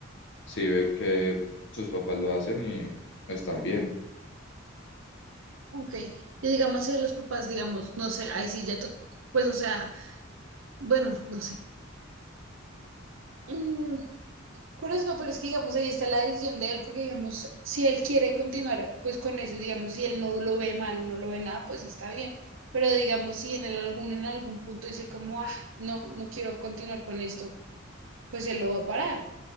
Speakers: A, on the left; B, on the right.
A: si ve que sus papás lo hacen y están bien.
B: Ok, y digamos si a los papás, digamos, no sé, ahí sí ya, to- pues o sea, bueno, no sé. Mm, Por eso, pero es que digamos, ahí está la decisión de él, porque digamos, si él quiere continuar pues con eso y digamos, si él no lo ve mal, no lo ve nada, pues está bien. Pero digamos, si en el algún, en algún punto dice como, ah, no, no quiero continuar con esto, pues él lo va a parar.